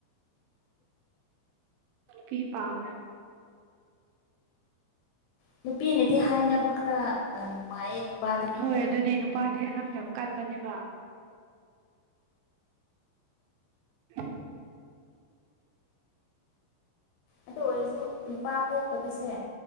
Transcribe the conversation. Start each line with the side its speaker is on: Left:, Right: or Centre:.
Right: ꯁꯤ ꯄꯥꯝ
Left: ꯎ ꯅꯨꯄꯤꯅꯗꯤ ꯍꯥꯏꯅꯕ ꯈꯔ ꯅꯨꯡꯉꯥꯏꯌꯦ ꯅꯨꯄꯥꯗꯒꯤꯀꯣ
Right: ꯍꯣꯏ ꯑꯗꯨꯅꯦ ꯅꯨꯄꯥꯗꯤ ꯑꯅꯝ ꯌꯥꯝ ꯀꯟꯕꯅꯦꯕ <unintelligible>
Left: ꯑꯗꯨ ꯑꯣꯏꯔꯁꯨ ꯅꯨꯄꯥ ꯄꯣꯛꯇꯕꯁꯦ